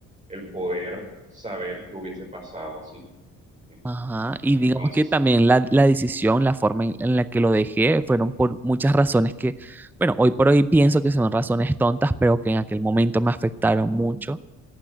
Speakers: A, on the right; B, in the centre.
A: el poder saber qué hubiese pasado, ¿sí? En
B: Ajá, y
A: ese
B: digamos
A: Entonces,
B: que también
A: sí.
B: la, la decisión, la forma en, en la que lo dejé, fueron por muchas razones que, bueno, hoy por hoy pienso que son razones tontas, pero que en aquel momento me afectaron mucho.